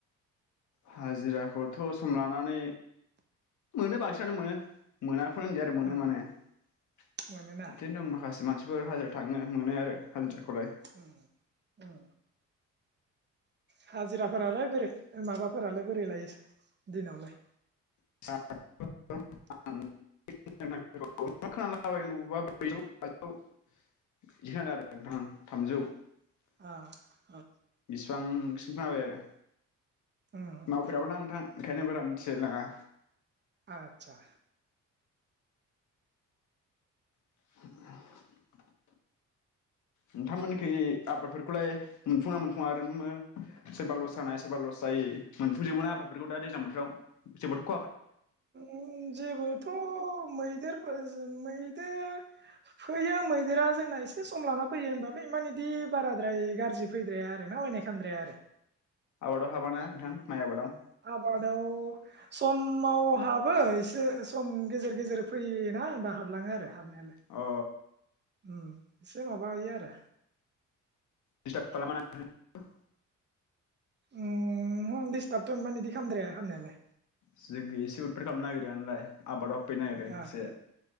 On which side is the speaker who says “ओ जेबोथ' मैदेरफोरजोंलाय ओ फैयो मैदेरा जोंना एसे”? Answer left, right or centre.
Right